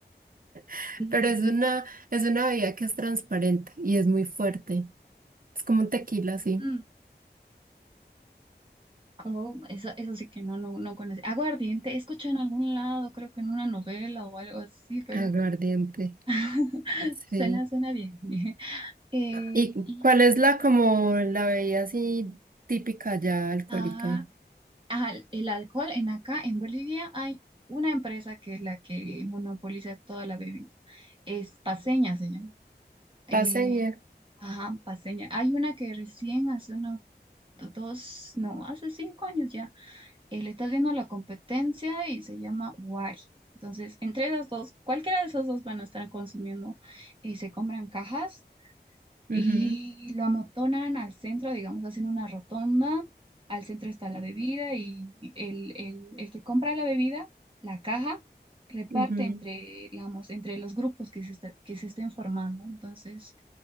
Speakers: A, on the right; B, on the right.
A: <laughs>
B: mm,
A: pero es una, es una bebida que es transparente y es muy fuerte. Es como un tequila, sí.
B: mm, mm. Oh, eso, eso sí que no, no, no conocí. Aguardiente, escuché en algún lado, creo que en una novela o algo así, pero
A: Aguardiente,
B: <laughs>
A: sí.
B: suena, suena bien. <laughs> Eh,
A: ¿Y
B: y
A: cuál es la como la bebida así típica ya alcohólica?
B: ah, Ajá, el alcohol en acá, en Bolivia, hay una empresa que es la que monopoliza toda la bebida. Es Paceña, se llama. Eh,
A: Paseña.
B: ajá, Paceña. Hay una que recién hace unos dos, no, hace cinco años ya, eh, le está viendo la competencia y se llama Wari. Entonces, entre esas dos, cualquiera de esas dos van a estar consumiendo, eh, se compran cajas
A: Ujú,
B: y lo amotonan al centro, digamos, hacen una rotonda, al centro está la bebida y el, el, el que compra la bebida, la caja, reparte
A: ujú.
B: entre, digamos, entre los grupos que se, está- que se estén formando. Entonces,